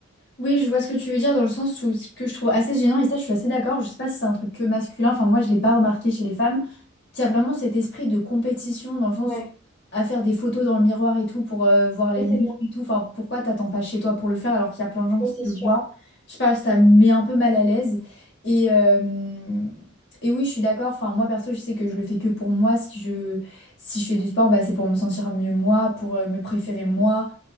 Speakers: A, on the left (about 55°); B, on the left (about 20°).
A: Oui, je vois ce que tu veux dire dans le sens où ce que je trouve assez gênant, et ça je suis assez d'accord, je sais pas si c'est un truc que masculin, enfin moi je l'ai pas remarqué chez les femmes, qu'il y a vraiment cet esprit de compétition dans le sens
B: Ouais,
A: à faire des photos dans le miroir et tout pour euh, voir les
B: ouais,
A: muscles
B: c'est ça,
A: et tout. Enfin, pourquoi t'attends pas chez toi pour le faire alors qu'il y a plein de gens
B: Ouais,
A: qui
B: c'est
A: te
B: sûr.
A: voient? Je sais pas, ça me met un peu mal à l'aise. Et, euh, et oui, je suis d'accord. Enfin, moi perso, je sais que je le fais que pour moi. Si je, si je fais du sport, bah, c'est pour me sentir mieux moi, pour euh, me préférer moi